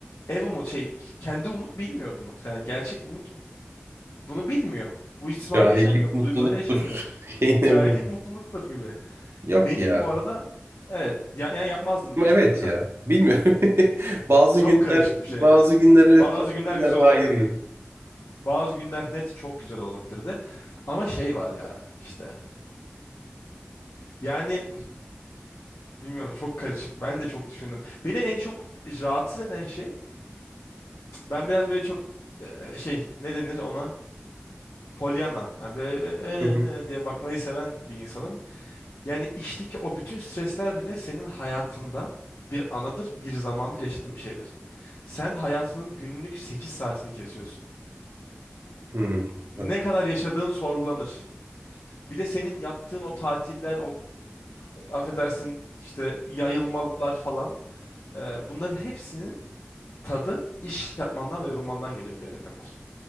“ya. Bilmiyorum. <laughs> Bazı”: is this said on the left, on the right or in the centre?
Right